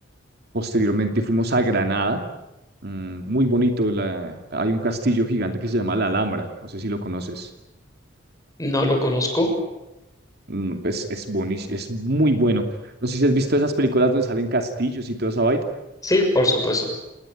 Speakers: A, on the right; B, on the left.
A: Posteriormente fuimos a Granada, mm, muy bonito. la- hay un castillo gigante que se llama La Alhambra, no sé si lo conoces.
B: no lo conozco.
A: Mm, pues es boni- es muy bueno. No sé si has visto esas películas donde salen castillos y toda esa vaina.
B: Sí, por supuesto.